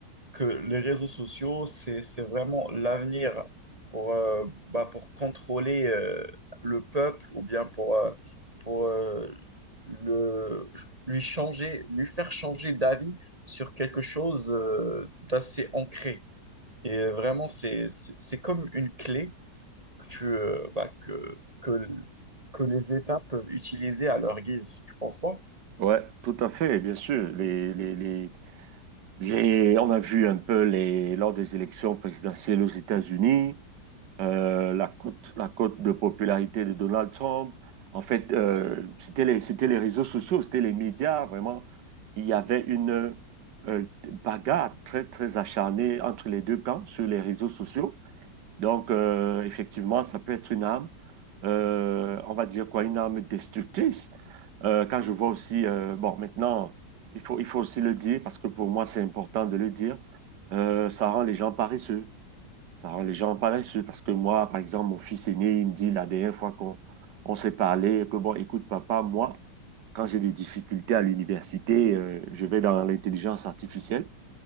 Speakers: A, on the right; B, on the right.
A: que les réseaux sociaux, c'est, c'est vraiment l'avenir pour, euh, bah, pour contrôler euh, le peuple ou bien pour, euh, pour euh, le, lui changer, lui faire changer d'avis sur quelque chose euh, d'assez ancré. Et vraiment, c'est, c'est c'est comme une clé que tu, euh, bah, que, que, que les États peuvent utiliser à leur guise, tu penses pas?
B: Ouais. Tout à fait. Bien sûr. Les, les, les, les- on a vu un peu les, lors des élections présidentielles aux États-Unis. euh, la cote, la cote de popularité de Donald Trump. En fait, euh, c'était les, c'était les réseaux sociaux, c'était les médias, vraiment. Il y avait une euh, bagarre très, très acharnée entre les deux camps sur les réseaux sociaux. Donc, euh, effectivement, ça peut être une arme, euh, on va dire quoi, une arme destructrice. Euh, quand je vois aussi, euh, bon, maintenant, il faut, il faut aussi le dire, parce que pour moi, c'est important de le dire, euh, ça rend les gens paresseux. Ça les gens pas là-dessus parce que moi, par exemple, mon fils aîné, il me dit la dernière fois qu'on on s'est parlé, que bon, écoute, papa, moi, quand j'ai des difficultés à l'université, euh, je vais dans l'intelligence artificielle